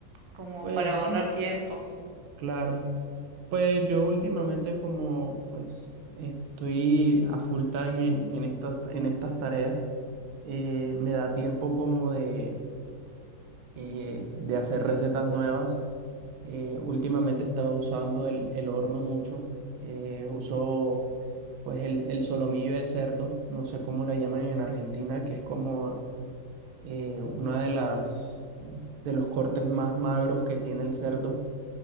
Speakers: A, on the right; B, on the right.
A: como
B: Pues
A: para ahorrar
B: sí,
A: tiempo.
B: claro. Pues yo últimamente como pues estoy a full time en, en estas, en estas tareas, eh, me da tiempo como de, eh, de hacer recetas nuevas Eh, últimamente estaba usando el, el horno mucho. Eh, uso pues el, el solomillo de cerdo, no sé cómo le llaman en Argentina, que es como eh, una de las de los cortes más magros que tiene el cerdo.